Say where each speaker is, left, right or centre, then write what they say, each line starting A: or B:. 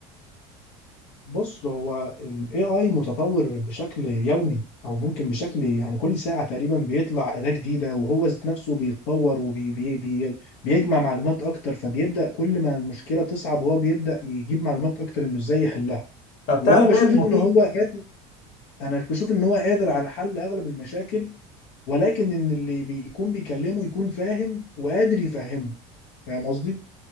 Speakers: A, on the left; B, on the left.
A: بص هو ال AI متطور بشكل يومي او ممكن بشكل يعني كل ساعة تقريبا بيطلع أداة جديدة وهو ذات نفسه بيتطور وبيجمع معلومات اكتر فبيبدأ كل ما المشكلة تصعب هو بيبدأ يجيب معلومات اكتر انه ازاي يحلها
B: طب
A: وانا
B: تعرف
A: بشوف
B: ايه المخيف؟
A: ان هو قادر انا بشوف ان هو قادر على حل اغلب المشاكل ولكن ان اللي بيكون بيكلمه يكون فاهم وقادر يفهمه فاهم قصدي؟